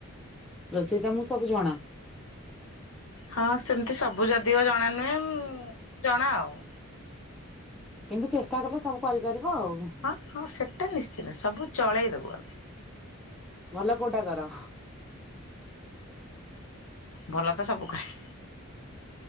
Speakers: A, in the centre; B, on the left.
A: ରୋଷେଇ ତମକୁ ସବୁ ଜଣା?
B: ହଁ, ସେମିତି ସବୁ ଯାଦିଓ ଜଣା ନୁହେଁ, ଉଁ ଜଣା ଆଉ।
A: କିନ୍ତୁ ଚେଷ୍ଟା କଲେ ସବୁ କରିପାରିବ ଆଉ।
B: ହଁ ହଁ, ସେଟା ନିଶ୍ଚିନ୍ତ ସବୁ ଚଳେଇଦବୁ ଆମେ।
A: ଭଲ କୋଉଟା କର?
B: ଭଲ ତ ସବୁ କରେ।